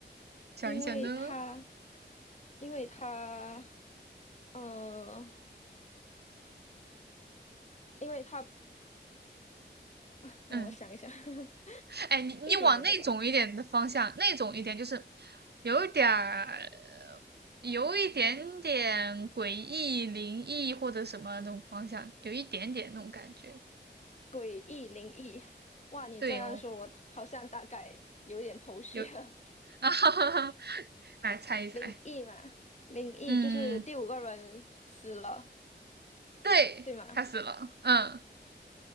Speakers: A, on the right (about 65°); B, on the left (about 40°).
A: 想一想呢。
B: 因为他因为他呃，因为他啊 <laughs> 让我想一想，
A: 嗯，哎，
B: <laughs>
A: 你你往那种一点的方向，
B: 一点也不早。
A: 那种一点就是有一点儿，有一点点诡异、灵异或者什么那种方向，有一点点那种感觉。
B: 诡异灵异，哇！你这样说，
A: 对哦，
B: 我好像大概有点头绪了。
A: 有 <laughs>
B: <laughs>
A: 啊哈哈哈，来猜一猜，
B: 灵异嘛，灵异就是第五个人死了，
A: 嗯，对，
B: 对吗？
A: 他死了，嗯，